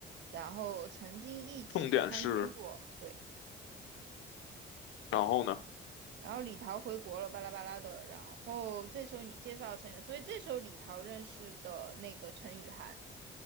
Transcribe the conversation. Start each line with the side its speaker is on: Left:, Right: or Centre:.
Right: 然后曾经一起参军过，
Left: 重点是，
Right: 对。
Left: 然后呢？
Right: 然后李桃回国了，巴拉巴拉的。然后这时候你介绍陈雨，所以这时候李桃认识的那个陈雨涵。